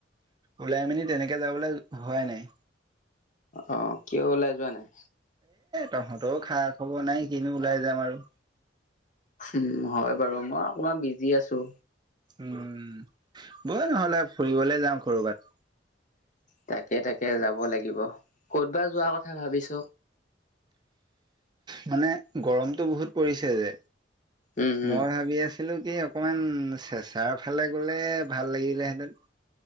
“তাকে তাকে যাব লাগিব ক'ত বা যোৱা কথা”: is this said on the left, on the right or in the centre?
Left